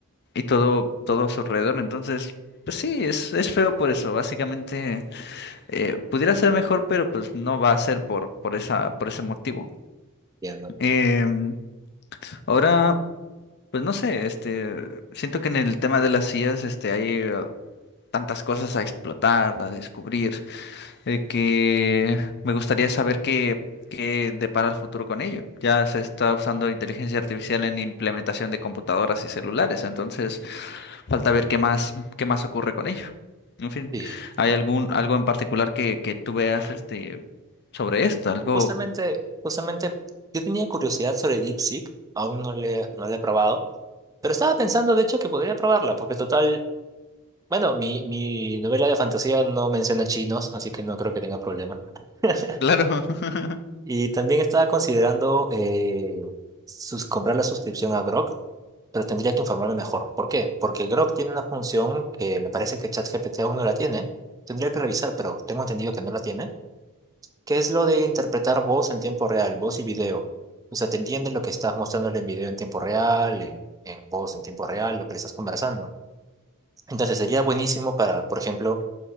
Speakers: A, on the left; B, on the right.
A: y todo, todo a su alrededor. Entonces, pues sí, es, es feo por eso. Básicamente. Eh, pudiera ser mejor, pero pues no va a ser por, por esa, por ese motivo.
B: Entiendo.
A: Em, ahora, pues no sé, este, siento que en el tema de las sillas, este, hay eh, tantas cosas a explotar, a descubrir, eh, que me gustaría saber qué, qué depara el futuro con ello. Ya se está usando inteligencia artificial en implementación de computadoras y celulares, entonces Falta ver qué más, qué más ocurre con ello. En fin,
B: Sí.
A: ¿hay algún, algo en particular que, que tú veas este sobre esto? Algo.
B: Justamente, justamente, yo tenía curiosidad sobre DeepSeek, aún no le, no la he probado, pero estaba pensando, de hecho, que podría probarla, porque total, bueno, mi, mi novela de fantasía no menciona chinos, así que no creo que tenga problema. <laughs>
A: Claro, <laughs>
B: Y también estaba considerando eh, sus- comprar la suscripción a Grok, pero tendría que informarme mejor. ¿Por qué? Porque Grok tiene una función que me parece que ChatGPT aún no la tiene. Tendría que revisar, pero tengo entendido que no la tiene ¿Qué es lo de interpretar voz en tiempo real, voz y video? O sea, ¿te entiendes lo que estás mostrándole en video en tiempo real, en, en voz en tiempo real, lo que le estás conversando? Entonces sería buenísimo para, por ejemplo,